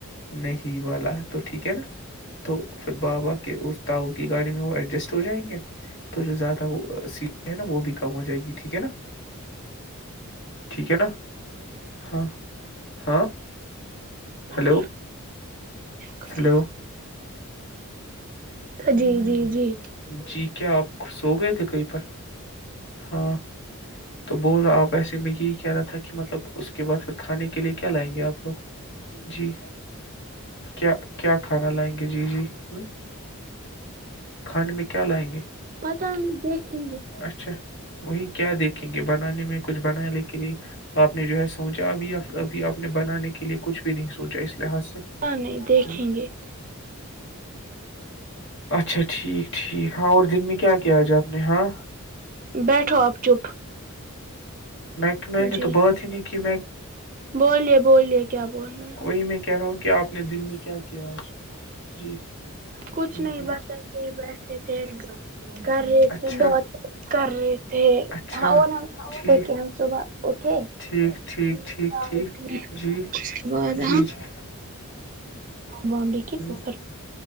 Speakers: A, on the left; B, on the right.
A: نہیں والا تو ٹھیک ہے نا تو پھر بابا کے اس تاؤ کی گاڑی میں وہ ایڈجسٹ ہو جائیں گے تو جو زیادہ وہ سی ہے نا وہ بھی ہو جائے گی ٹھیک ہے نا ٹھیک ہے نا ہاں ہاں
B: ہلو
A: ہیلو
B: کیا
A: ہیلو
B: جی جی جی
A: جی کیا آپ خ سو گئے تھے کہیں پر ہاں تو بول آپ ایسے میں یہی کہہ رہا تھا کہ کہ مطلب اس کے بعد پھر کھانے کے لیے کیا لائیں گے آپ جی کیا کیا کھانا لائیں گے جی جی ہم، کھانے میں کیا لائیں گے
B: پتا نہیں دیکھیں گے
A: اچھا وہی کیا دیکھیں گے بنانے میں کچھ بنایا لیکن یہ آپ نے جو ہے سوچا ابھی یا پھر ابھی آپ نے بنانے کے لیے کچھ بھی نہیں سوچا اس لحاظ سے
B: نہیں دیکھیں
A: ہم،
B: گے
A: اچھا اچھ ٹھیک ٹھیک ہاں اور دن میں کیا کیا آج آپ نے ہاں
B: بیٹھو آپ چپ
A: میں می نے
B: جی
A: تو بات ہی نہیں کہ
B: بولیے بولیے کیا بول رہ ہے
A: وہی میں کہہ رہا ہوں کہ آپ نے دل میں کیا کیا آج جی
B: کچھ
A: ہ
B: نہیں
A: ہ
B: بچلتے ہی بیٹھے تھے کر رہے
A: اچھا
B: تھے بہت کر رہے تھے
A: اچھا
B: ہاں وہ
A: ٹھیک
B: دیکھے ہم صبح اٹھے
A: ٹھیک ٹھیک
B: چائے
A: ٹھیک ٹھیک
B: پی
A: جی
B: اور
A: جی جی
B: بامبے کی
A: ہ
B: سر